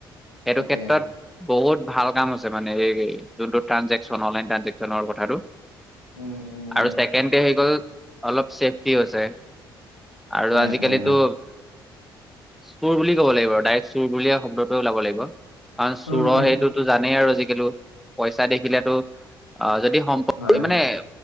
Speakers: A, in the centre; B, on the left (about 80°).
A: সেইটো
B: তাকে।
A: ক্ষেত্ৰত বহুত ভাল কাম হৈছে মানে, এই যোনটো ট্ৰেনঞ্জেকশচন, অনলাইন ট্ৰেনজেকচন। ট্ৰেনজেকচনৰ কথাটো
B: উম, উম,
A: আৰু ছেকেণ্ডতে আহি গ'ল। অলপ ছেফটিও হৈছে, আৰু
B: হয়,
A: আজিকালিতো
B: হয়, হয়।
A: চোৰ বুলি ক'ব লাগিব আৰু ডাইৰেক্ট চোৰ বুলিয়ে শব্দটো ওলাব লাগিব। কাৰণ
B: অ',
A: চোৰৰ
B: অ',
A: সেইটো জানেই আৰু আজিকালি, পইচা দেখিলেতো অ', যদি সম্পতি
B: হয়, হয়।
A: মানে-